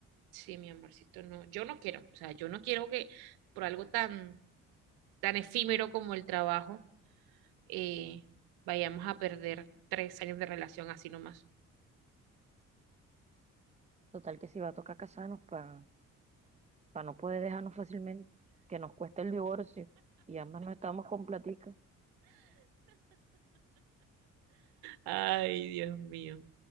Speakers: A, on the right; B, on the right.
A: sí, mi amorcito, no, yo no quiero, o sea, yo no quiero que por algo tan, tan efímero como el trabajo, eh, vayamos a perder tres años de relación así nomás.
B: Total que si va a tocar casarnos para no poder dejarnos fácilmente, que nos cueste el divorcio y ambas no estamos con platica.
A: Ay, Dios mío.